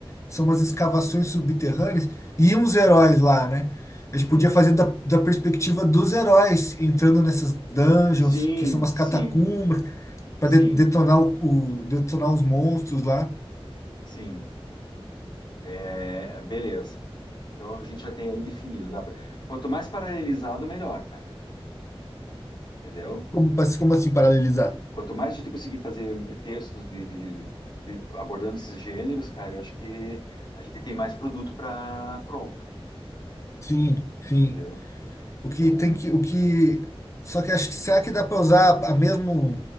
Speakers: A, on the left; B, on the left.
A: são umas escavações subterrâneas. E iam os heróis lá, né? A gente
B: sim.
A: podia fazer da, da perspectiva dos heróis entrando nessas dungeons,
B: Sim,
A: que são umas
B: sim,
A: catacumbas,
B: sim,
A: para detonar, o, o- detonar os monstros lá.
B: sim. É, beleza. Então a gente já tem aí definido. Dá pra... Quanto mais paralelizado, melhor, cara. Entendeu?
A: Como, como assim paralelizar?
B: Quanto mais a gente conseguir fazer textos de, de- de- abordando esses gêneros, cara, eu acho que a gente tem mais produto para pronto,
A: Sim, sim.
B: entendeu?
A: O que
B: Então,
A: tem que, o que, só que acho que será que dá para usar a mesmo,